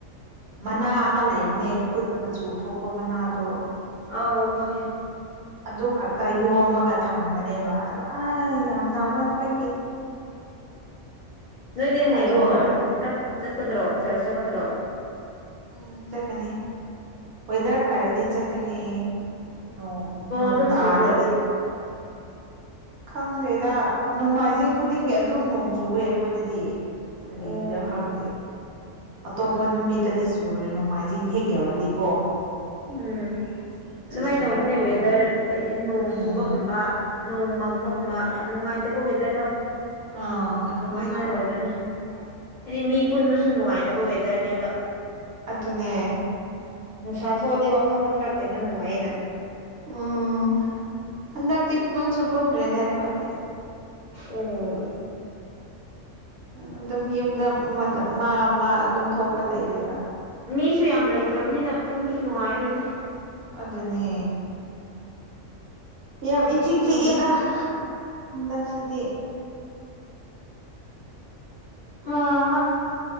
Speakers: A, on the right; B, on the left.
A: ꯃꯅꯥ ꯑꯃ ꯂꯩꯕꯅꯦ ꯈꯨꯠ ꯃꯆꯨ ꯊꯣꯛꯄ ꯃꯅꯥꯗꯣ
B: ꯑ ꯈꯪꯉꯦ
A: ꯑꯗꯨ ꯈꯛꯇ ꯌꯣꯝꯃꯒ ꯊꯝꯕꯅꯦꯕ ꯑꯗꯨ ꯑꯩ ꯌꯥꯝ ꯅꯥꯃꯟꯕꯒꯤ
B: ꯅꯣꯏꯗꯦ ꯍꯥꯏ
A: ꯑꯗꯨ ꯑꯣꯏꯔ
B: ꯅꯣꯏ ꯆꯠꯀꯗ꯭ꯔꯣ ꯆꯔ ꯆ ꯀꯗ꯭ꯔꯣ
A: ꯎꯝ ꯆꯠꯀꯅꯤ ꯋꯦꯗꯔ ꯐꯔꯗꯤ ꯆꯠꯀꯅꯤ ꯅꯣꯡ ꯅꯣꯡ
B: ꯑꯗꯨꯝ
A: ꯇꯥꯔꯗꯤ
B: ꯆꯨꯕ꯭ꯔꯣ
A: ꯈꯪꯗꯦꯗ ꯅꯣꯡꯃꯥꯏꯖꯤꯡ ꯈꯨꯗꯤꯡꯒꯤ ꯑꯗꯨꯝ ꯅꯣꯡ ꯆꯨꯕꯦ ꯑꯩꯈꯣꯏꯗꯗꯤ ꯈꯔꯤꯗꯗ
B: ꯑꯣ
A: ꯈꯪꯗ ꯑꯇꯣꯞꯄ ꯅꯨꯃꯤꯠꯇꯗꯤ ꯆꯨꯔꯣꯏ ꯅꯣꯡꯃꯥꯏꯖꯤꯡ ꯍꯦꯛ ꯌꯎꯔꯗꯤꯀꯣ
B: ꯎꯝ ꯑꯗꯨꯃꯥꯏꯅ
A: ꯆꯨꯔꯛꯀꯅꯦꯕ
B: ꯇꯧꯕꯅꯦ ꯋꯦꯗꯔ ꯍꯥꯏꯗꯤ ꯅꯣꯡ
A: ꯎꯝ
B: ꯆꯨꯕꯒꯨꯝꯕ ꯅꯣꯡ ꯕꯒꯨꯝꯕ ꯌꯥꯝ ꯅꯨꯡꯉꯥꯏꯇꯕ ꯋꯦꯗꯔꯗꯣ
A: ꯑꯥ ꯑꯗꯨꯃꯥꯏ
B: ꯑꯗꯨꯃꯥꯏꯅ
A: ꯇ ꯑꯣꯏꯔꯦ
B: ꯑꯣꯏꯕꯅꯤ ꯍꯥꯏꯗꯤ ꯃꯤ ꯄꯨꯟꯕꯁꯨ ꯅꯨꯡꯉꯥꯏꯇꯕ ꯋꯦꯗꯔꯅꯦꯕ
A: ꯑꯗꯨꯅꯦ
B: ꯅꯨꯡꯁꯥ ꯊꯣꯛꯑꯗꯤ ꯋꯥꯈꯜꯗꯣ ꯈꯔ ꯀꯩꯅ ꯅꯨꯡꯉꯥꯏꯌꯦꯅ
A: ꯎꯝ ꯍꯟꯗꯒ ꯇꯤꯞ ꯃꯟꯁꯨꯄꯟ꯭ꯔꯔꯤ ꯗꯥꯏꯋꯥꯥꯏꯗꯤꯦ
B: ꯑꯣ
A: ꯑꯗꯨꯝ ꯌꯨꯝꯗ ꯃꯥ ꯃꯥ ꯑꯗꯨꯝ ꯊꯣꯛꯄ ꯂꯩꯔꯦꯕ
B: ꯃꯤꯁꯨ ꯌꯥꯝ ꯂꯩꯇ꯭ꯔꯕꯅꯤꯅ ꯄꯨꯟꯕꯁꯨ ꯅꯨꯡꯉꯥꯏꯔꯣꯏꯗ
A: ꯑꯗꯨꯅꯦ ꯌꯥꯝ ꯏꯆꯤꯛ
B: ꯅꯣꯏꯅ
A: ꯆꯤꯛꯏꯗ ꯍꯟꯗꯛꯁꯤꯗꯤ
B: ꯑ